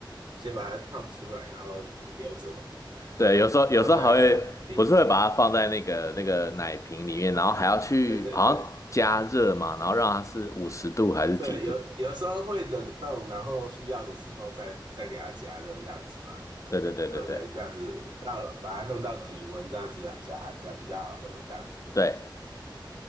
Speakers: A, on the right (about 65°); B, on the left (about 40°).
A: 先把它放出来，然后留着嘛，对不对？
B: 对，
A: 放在放在一个瓶子里，
B: 有时候有时候还会不是会把它放在那个那个奶瓶里面，然后还要去好像加热嘛，
A: 对对对
B: 然后让它是五十度还是几度？
A: 对，有有的时候会冷冻，然后需要的时候再再给它加热这样子嘛，
B: 对对对对对
A: 对不对？这样子到把它弄到体温这样子啊，小孩才比较好喝这样子。
B: 对